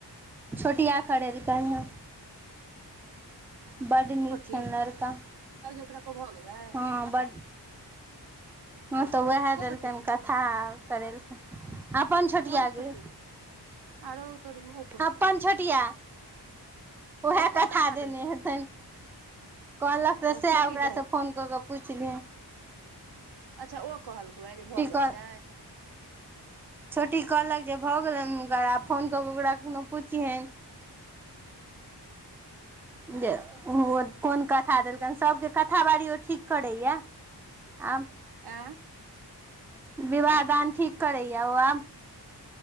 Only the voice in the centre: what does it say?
छोटिया करेलकनि हे बड नीक
छनि लड़का
हँ बड हँ तऽ वएह
देलकनि
कथा करेलखिन अपन छोटिया
गे
अपन छोटिया ओहे
कथख
देने
हेतनि कहलक तऽ
सएह
ओकरासँ
फोन कऽ कऽ पुछलियहन
कह
छोटी कहलक जे भऽ गेलनि हुनकर आब फोन कऽ कऽ ओकरा कोनो पुछिहन
जे ओन कोन कथा देलकनि सभके कथा बारी ओ ठीक करैया आब
विवाह दान ठीक करैया ओ आब